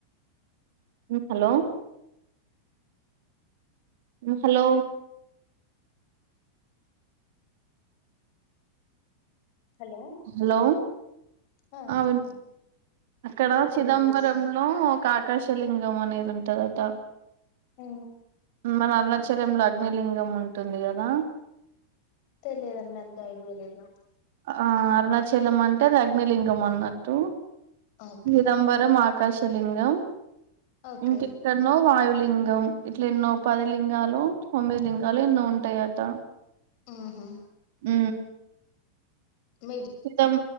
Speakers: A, on the right; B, on the left.
A: హలో. హలో.
B: హలో
A: హలో,
B: ఆ చెప్పండి
A: వినిపి అక్కడ
B: ఇప్పుడు
A: చిదంబరంలో
B: వినిపిస్తుంది
A: ఒక ఆకాశలింగం అనేది. ఉ ఉంటదట
B: ఊ
A: మన అరుణాచలంలో అగ్నిలింగం ఉంటుంది. కదా
B: తెలియదండి. అంత ఐడియాలేదు.
A: ఆ అరుణాచలం అంటే అగ్నిలింగం అన్నట్టు..
B: ఓకే
A: చిదంబరం ఆకాశ. లింగం
B: ఓకే
A: ఇంకాక్కనో వాయులింగం ఇట్లా ఎన్నో పది లింగాలు తొమ్మిది లింగాలు ఎన్నో ఉంటాయట
B: ఆహా
A: హ
B: మీరు
A: ఇతం